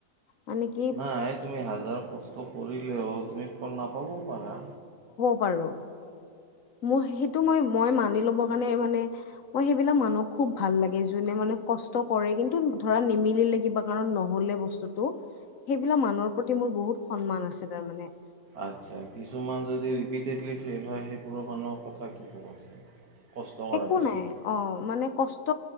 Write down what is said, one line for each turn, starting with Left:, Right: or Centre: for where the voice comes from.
Left: মানে কি
Right: নাই তুমি হাজ জাৰ কষ্ট কৰিলেও তুমি ফল নাপাবও পাৰা।
Left: ও পাৰো। মোৰ সেইটো মই মই মানি ল'ব কাৰণে মানে, মই সেইবিলাক মানুহক খুব ভাল লাগে যোনে মানে কষ্ট কৰে কিন্তু ধৰা নিমিলিলে কিবা কাৰণ নহলে বস্তুটো, সেইবিলাক মানুহৰ প্ৰতি মোৰ বহুত সন্মান আছে তাৰ মানে।
Right: আচ্ছা, কিছুমান যদি ৰিপিটেডলি ফেইভ হয় সেই বোৰৰ মানুহৰ কথা কি ক'বা তুমি? কষ্ট কৰাৰ
Left: একো
Right: পিছতো
Left: নাই অ', মানে কষ্ট